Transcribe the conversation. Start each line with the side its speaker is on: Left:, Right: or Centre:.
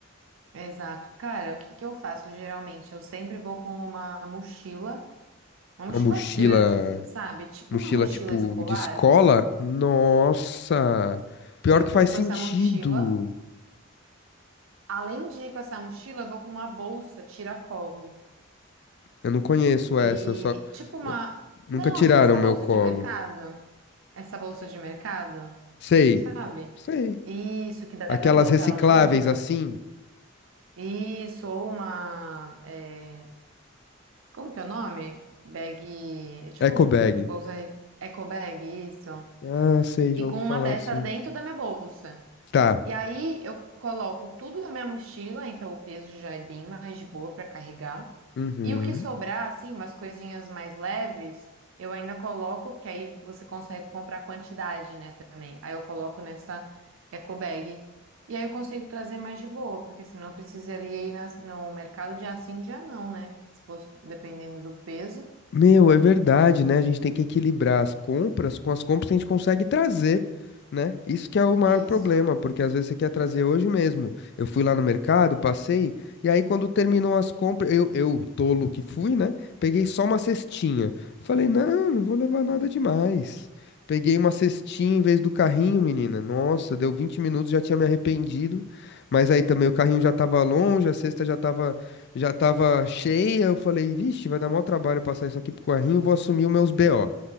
Right: Exato. Cara, o que que eu faço geralmente? Eu sempre vou com uma mochila, uma
Left: Uma
Right: mochila
Left: mochila,
Right: grande, assim, sabe? Tipo
Left: mochila
Right: uma mochila
Left: tipo
Right: escolar.
Left: de escola? Nossa, pior
Right: Eu
Left: que
Right: vou
Left: faz
Right: com
Left: sentido.
Right: essa mochila. Além de ir com essa mochila, eu vou com uma bolsa tiracolo.
Left: Eu não conheço essa,
Right: E
Left: eu só.
Right: tipo uma.
Left: eu- Nunca
Right: Não,
Left: tiraram
Right: tipo essa
Left: meu
Right: bolsa
Left: colo.
Right: de mercado. Essa bolsa de mercado,
Left: Sei,
Right: sabe?
Left: sei.
Right: Isso, que dá
Left: Aquelas
Right: pra colocar
Left: recicláveis
Right: ela no ombro.
Left: assim,
Right: Isso, ou uma. é, Como que é o nome? Bag. É tipo
Left: eco
Right: bolsa
Left: bag.
Right: eco bag, isso.
Left: Ah, sei, já
Right: E
Left: ouvi
Right: com
Left: falar
Right: uma dessa
Left: assim.
Right: dentro da minha bolsa.
Left: Tá.
Right: E aí eu coloco tudo na minha mochila, então o peso já é bem mais de boa para carregar.
Left: Uhum.
Right: E o que sobrar, assim, umas coisinhas mais leves, eu ainda coloco, porque aí você consegue comprar quantidade, né, também. Aí eu coloco nessa eco bag. E aí eu consigo trazer mais de boa, porque senão eu precisaria ir nas- no mercado dia sim, dia não, né? Se fosse dependendo do peso.
Left: Meu, é verdade, né? A gente tem que equilibrar as compras com as compras que a gente consegue trazer, né? Isso que é o maior
Right: É
Left: problema,
Right: Isso.
Left: porque às vezes você quer trazer hoje mesmo. Eu fui lá no mercado, passei, e aí quando terminou as compras, eu, eu, tolo que fui, né? Peguei só uma cestinha. Falei, não, não vou levar nada demais. Peguei uma cestinha em vez do carrinho, menina. Nossa, deu 20 minutos, já tinha me arrependido. Mas aí também o carrinho já tava longe, a cesta já tava já tava cheia. Eu falei, vixe, vai dar maior trabalho passar isso aqui pro carrinho, vou assumir os meus BO.